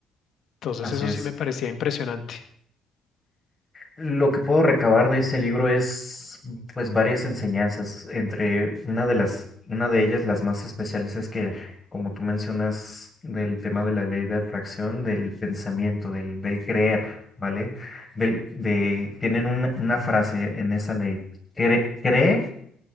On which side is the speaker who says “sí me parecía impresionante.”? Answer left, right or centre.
Left